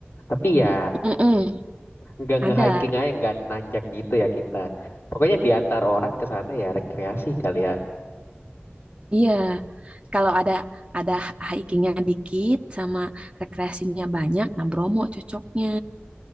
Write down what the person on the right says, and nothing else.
mm,
ada,
iya. Kalau ada ada hikingnya dikit sama rekreasinya banyak, nah Bromo cocoknya.